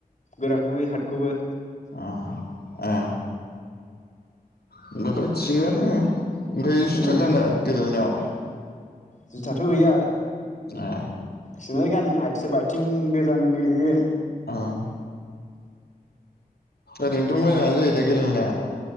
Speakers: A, on the left; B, on the left.
A: गोराखौबो बुयो हारटखौबो
B: आ ए होमबाथ' थिगानो ओमफाय जुथा
A: उम
B: गानो गेलेनायाव
A: जुथाथ' गैया
B: ए
A: सिनेल गानो आथि सोरबा आथिं गोजान गेलेयो
B: अह ओरैनोथ' मोजाङानो जायो दा गेलेनाया